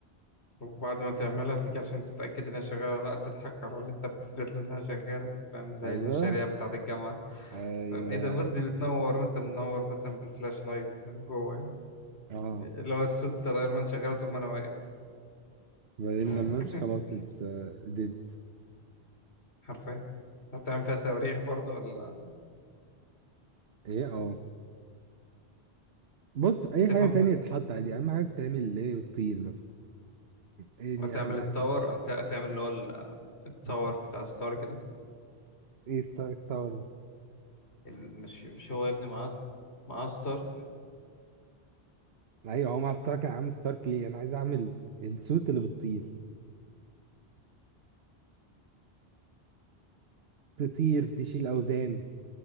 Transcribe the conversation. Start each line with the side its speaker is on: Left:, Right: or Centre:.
Left: وبعد ما تعملها تيجي عشان تتأكد إنها شغالة ولا لأ تضحك على اللي أنت بتثبت له إنها شغالة فاهم زي
Right: ايوه
Left: المشاريع بتاعة الجامعة
Right: ايوه
Left: فاهم إيه ده بص دي بتنور وأنت منور مثلا بالفلاش لايت من جوه يعني
Right: اه
Left: اللي هو الصوت بتاع الأيرمان شغال طول ما أنا واقف
Right: بعدين
Left: <laughs>
Right: لما امشي خلاص اتس ديد
Left: حرفيا هتعمل فيها صواريخ برضو ولا
Right: ايه اه بص اي
Left: تفهم
Right: حاجه تانية
Left: في...
Right: تتحط عادي اهم حاجه تعمل اللي هي بتطير مثلا ايه دي
Left: هتعمل
Right: اهم حاجه
Left: التاور هت... هتعمل اللي هو ال- التاور
Right: بت...
Left: بتاع ستارك ده
Right: ايه ستارك تاور
Left: ال- مش مش هو يا ابني مع مع ستارك
Right: ايوه هو مع ستارك انا عامل ستارك ليه انا عايز اعمل السوت اللي بتطير تطير تشيل اوزان